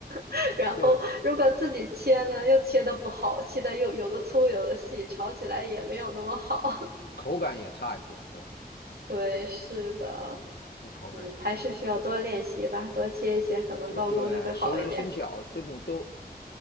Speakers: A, on the right (about 70°); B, on the left (about 85°).
A: <laughs> 然后如果自己切呢，
B: 对，口
A: 又切的不好，切的又有的粗有的细，炒起来也没有那么好。
B: 口感也差一些，对。
A: 对，是的，
B: 对，口感也差一点，
A: 嗯，还是需要多练习吧，
B: 等等，
A: 多切一切，可能刀工就会好一点。
B: 都对，熟能生巧，这种都，